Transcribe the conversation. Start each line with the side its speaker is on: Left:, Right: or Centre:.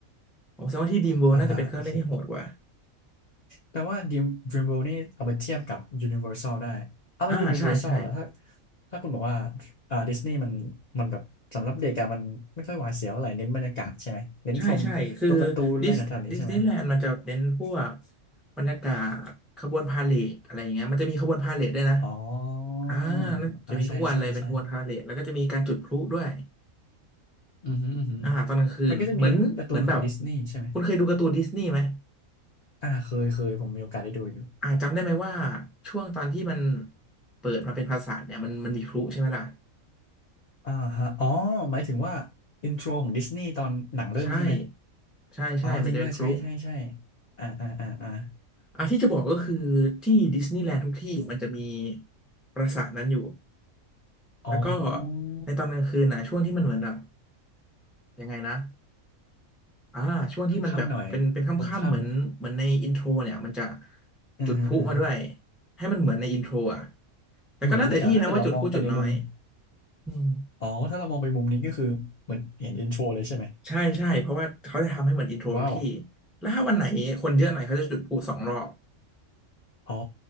Centre: ผมแสดงว่าที่ Dream World
Left: อ่าฮะโอเค
Centre: น่าจะเป็นเครื่องเล่นที่โหดกว่า
Left: แปลว่า Dream Dreamworld นี่เอามาเทียบกับ Universal ได้ เอาแล้ว
Centre: อ่าใช่ใช่
Left: Universal ล่ะถ้าถ้าคุณบอกว่าอ่าดิสนีย์มันมันแบบสำหรับเด็กอะมันไม่ค่อยหวาดเสียวอะไรเน้นบรรยากาศใช่ไหมเน้นชมตัวการ์ตูนอะไรแถวๆนี้ใช่ไหม
Centre: ใช่ใช่คือดิสดิสนีย์แลนด์มันจะเน้นพวกบรรยากาศขบวนพาเหรดอะไรอย่างเงี้ยมันจะมีขบวนพาเหรดด้วยนะ
Left: อ๋อ
Centre: อ่าน่าจะมีทุกวันเลยเป็นขบวนพาเหรดแล้วก็จะมีการจุดพลุด้วย
Left: อ่าใช่ใช่ใช่อือหืออือหือ
Centre: อ่าตอนกลางคืนเหมือนเหมือนแบบ
Left: มันก็จะมีการ์ตูนของดิสนีย์ใช่ไหม
Centre: คุณเคยดูการ์ตูนดิสนีย์ไหม
Left: อ่าเคยเคยผมมีโอกาสได้ดูอยู่
Centre: อ่าจำได้ไหมว่าช่วงตอนที่มันเปิดมาเป็นปราสาทเนี่ยมันมันมีพลุใช่ไหมล่ะ
Left: อ่าฮะอ๋อหมายถึงว่าอินโทรของดิสนีย์ตอนหนังเริ่มใช่ไหม
Centre: ใช่ใช่ใช่มันจะเป็นพลุ
Left: อ๋อจริงด้วยใช่ใช่ใช่อ่าอ่าอ่าอ่า
Centre: อ่ะที่จะบอกก็คือที่ดิสนีย์แลนด์ทุกที่มันจะมีปราสาทนั้นอยู่
Left: อ๋อ
Centre: แล้วก็ในตอนกลางคืนนะช่วงที่มันเหมือนแบบยังไงนะอ่าช่วงที่มันแบบเป็นเป็นค่ำๆเหมือนเหมือนในอินโทรเนี่ยมันจะ
Left: ค่ำๆหน่อยพบค่ำอืาอืา
Centre: จุดพลุมาด้วยให้มันเหมือนในอินโทรอ่ะแต่ก็แล้วแต่ที่นะว่าจุดพลุจุดน้อย
Left: เหมือนเลยอ่ะถ้าเกิดเรามองไปในมุม
Centre: อืม
Left: อ๋อถ้าเรามองไปมุมนี้ก็คือเหมือนเห็นเอ็นโชเลยใช่ไหม
Centre: ใช่ใช่เพราะว่าเขาจะทำให้เหมือนอินโทรทุกที่
Left: ว้าว
Centre: แล้วถ้าวันไหนคนเยอะหน่อยเขาจะจุดพลุสองรอบ
Left: อ๋อ